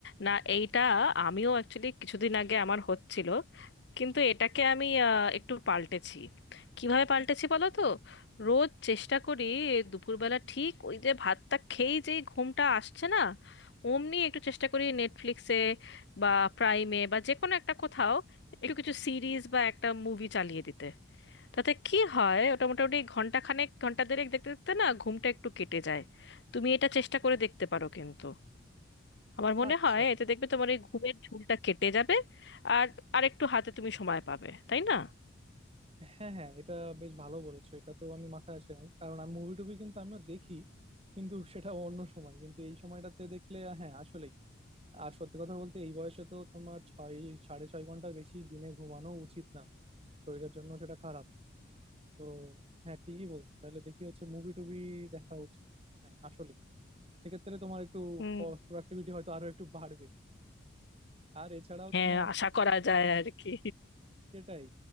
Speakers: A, on the left; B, on the right.
A: না এইটা আমিও অ্যাকচুয়ালি কিছুদিন আগে আমার হচ্ছিল কিন্তু এটাকে আমি আহ, একটু পাল্টেছি কিভাবে পাল্টেছি বলো তো রোজ চেষ্টা করি দুপুরবেলা ঠিক ওই যে ভাতটা খেয়েই যেই ঘুমটা আসছে না অমনি একটু চেষ্টা করি নেটফ্লিক্সে বা প্রাইমে বা যে কোনো একটা কোথাও একটু কিছু সিরিজ বা একটা মুভি চালিয়ে দিতে তাতে কি হয় ওটা মোটামুটি ঘন্টা খানেক ঘন্টা দেড়েক দেখতে দেখতে না ঘুমটা একটু কেটে যায় তুমি এটা চেষ্টা করে দেখতে পারো কিন্তু আমার মনে
B: আচ্ছা
A: হয় এতে দেখবে তোমার এই ঘুমের ঝুলটা কেটে যাবে আর আর একটু হাতে তুমি সময় পাবে তাই না
B: হ্যাঁ হ্যাঁ এটা বেশ ভালো বলেছো এটা তো আমি মাথায় আসে নাই কারণ আমি মুভি টুভি কিন্তু আমিও দেখি কিন্তু সেটা অন্য সময় কিন্তু এই সময়টাতে দেখলে হ্যাঁ আসলে আর সত্যি কথা বলতে এই বয়সে তো তোমার ছয় সাড়ে ছয় ঘন্টার বেশি দিনে ঘুমানো উচিত না শরীরের জন্য সেটা খারাপ তো হ্যাঁ ঠিকই বলছো তাহলে দেখি হচ্ছে মুভি টুভি দেখা উচিত হ্যাঁ আসলে সেক্ষেত্রে তোমার একটু
A: হুম
B: প্রোডাক্টিভিটি হয়তো আরো একটু বাড়বে আর এছাড়াও
A: হ্যাঁ
B: তোমার
A: আশা করা যায় আর কি
B: সেটাই